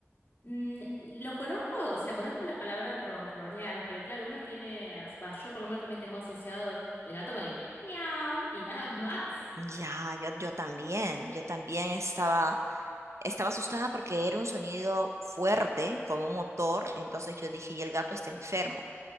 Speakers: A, on the left (about 50°); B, on the right (about 70°).
A: Mm, Lo conozco, o sea, conozco la palabra ronronear, pero claro, uno tiene, as- va, yo por lo menos también tengo asociado el gato con el miau y nada <laughs> más.
B: Ya, yo, yo también, yo también estaba, estaba asustada porque era un sonido fuerte, como un motor, entonces yo dije, y el gato está enfermo.